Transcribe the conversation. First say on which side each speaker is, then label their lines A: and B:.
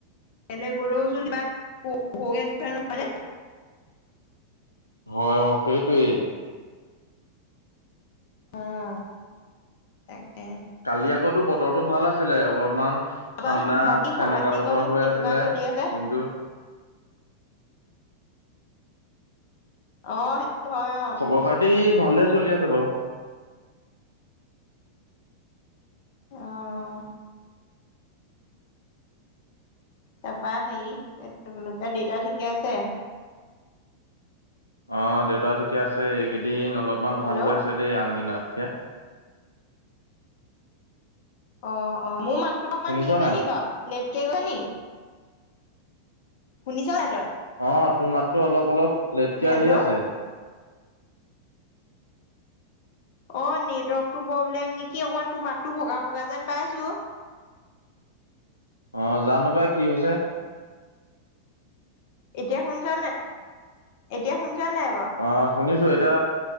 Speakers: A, on the left; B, on the left.
A: ৰলে গলেও চোন কিবা ভওঁ ভওঁকে ধৰে নহয় নে?
B: হয় অ', সেইটোয়ে।
A: অঁ, তাকে।
B: কালি আকৌ তোৰ বতৰটো ভাল আছিলে অলপমান
A: তাৰপা
B: ঠাণ্ডা
A: বাকী
B: সেমেকা
A: খবৰ খাতি
B: বতৰ
A: কচোন
B: হৈ
A: কেনেকুৱা
B: আছিলে
A: চলি আছে
B: কিন্তু
A: অঁ, সেইটো হয় অঁ।
B: খবৰ খাতি ভালে চলি আছে বাৰু।
A: অঁ। তাৰপৰা হেৰি দেউতা ঠিকে আছে?
B: অ', দেউতা ঠিকে আছে এইকেইদিন অলপমান
A: হেল্ল'
B: ভাল হৈ
A: অ
B: আছে দেই আন দিনাতকে।
A: অ' অ', মোৰ মাতটো অকমান
B: শুনিছ
A: হেৰি হৈছে
B: নাই
A: নি বাৰু লেটকে গৈছে নি? শুনিছ নাই তই?
B: অঁ তোৰ মাতটো অলপ অলপ লেটকে
A: হেল্ল'
B: আহি
A: অ
B: আছে।
A: অ' নেটৱৰ্কটো প্ৰব্লেম নেকি। অকমান তোমাৰ ভগা ভগা যেন পাইছো।
B: অ' জানো পাই কি হৈছে।
A: এতিয়া শুনিছ নে নাই? এতিয়া শুনিছ নে নাই বাৰু?
B: অ' শুনিছো। এতিয়া